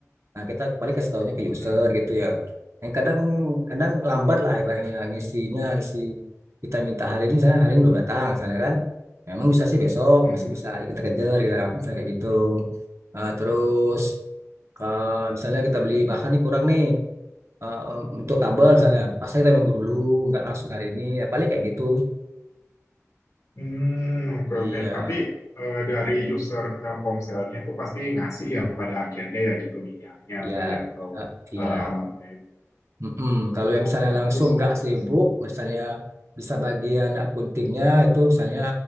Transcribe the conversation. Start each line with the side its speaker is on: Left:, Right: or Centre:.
Right: nah kita paling kasih tahunya ke user
Left: hmm,
Right: gitu ya yang kadang kadang lambat lah ibaratnya ngisinya ngisi kita minta hari ini misalnya hari ini belum datang misalnya kan memang bisa sih besok
Left: hmm.
Right: masih bisa kita kejar gitu misalnya kayak gitu Nah, terus ke misalnya kita beli bahan nih kurang nih eh, em, untuk kabel misalnya pasang kita nunggu dulu nggak langsung hari ini ya paling kayak gitu
Left: Hmm, oke
Right: iya
Left: oke tapi eh, dari user Telkomselnya itu pasti ngasih ya pada akhirnya ya gitu minyaknya
Right: iya
Left: tadi atau
Right: eh, iya
Left: eh, alatnya itu
Right: Mm-mm. Kalau
Left: oh
Right: yang misalnya
Left: bagus
Right: langsung nggak
Left: bagus
Right: sibuk, misalnya bisa bagian akuntingnya itu misalnya